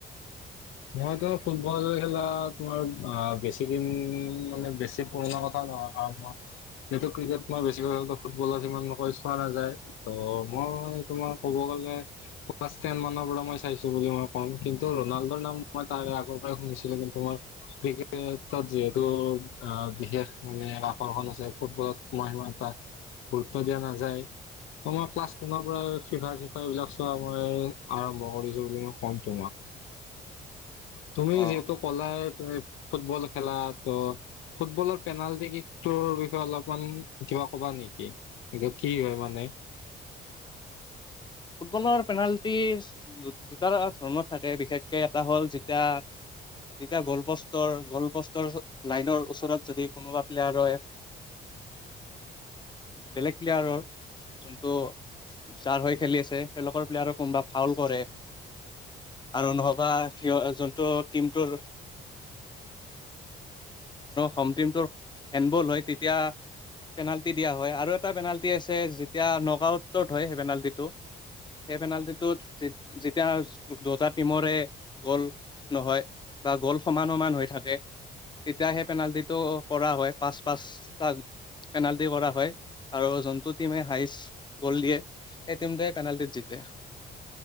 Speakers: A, on the left (about 80°); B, on the left (about 20°).
A: মই ত ফুটবল খেলা তোমাৰ অ বেছি ছিকিম মানে বেছি পুৰণা কথাই নহয় কাৰণ মই যিহেতু ক্ৰিকেট মই বেছিকৈ ফুটবলত মানকৈ চোৱা নাযায় ত মই ক'ব গলেলােন ম পৰা মই চাইছো বুলি মই কম কিন্তু ৰোনাল্ডো নাম মই তাৰে আগৰ পৰাই শুনিছিলো কিন্তু মই ক্ৰিকেটত যিহেতু অ বিশেষ মানে আকৰ্ষণ আছে ফুটবলতোমই সমান এ তাক গুৰুত্ব দিয়া নাযায় আমাৰ ক্লাছ টেনৰ পৰািফা চিফা এইবলাক চোৱাই আৰম্ভ কৰিছো বুলি মই কম তোমাক তুমি
B: অ
A: যিহেতু কলা তুমি ফুটবল খেলা ত ফুটবলৰ পেনাল্টিৰ বিষয়ে অলপমান কিবা কবা নেকি কিটো কি হয় মানে <inaudible>
B: ফুটবলৰ পেনাল্টি দুটা ধৰণত থাকে বিশেষকে এটা হ'ল যেতিয়া তেতিয়া গ'ল প'ষ্টৰ গ'ল প'ষ্টৰ লাইনৰ ওচৰত যদি কোনোবা প্লেয়াৰই বেলেগ প্লেয়াৰৰ যোনটো যাৰ হয় খেলি আছে তেওঁলোকৰ প্লেয়াৰো কোনোবা ভাল কৰে আৰু নহবা সিঁ যোনটো টিমটোৰ হ টিমটোৰ হেণ্ডবল হয় তেতিয়া পেনাল্টি দিয়া হয় আৰু এটা পেনাল্টি আছে যেতিয়া নগউটত হয় সেই পেনাল্টিটো সেই পেনাল্টিটোত যেতিয়া দুটা টিমৰে গ'ল নহয় বা গ'ল সমান সমান হৈ থাকে তেতিয়া সেই পেনাল্টিটো কৰা হয় পাঁচ পাঁচটা পেনাল্টি কৰা হয় আৰু যোনটো টিমে হাই গ'ল দিয়েেই তেতিম দে পেনাল্টিত জতে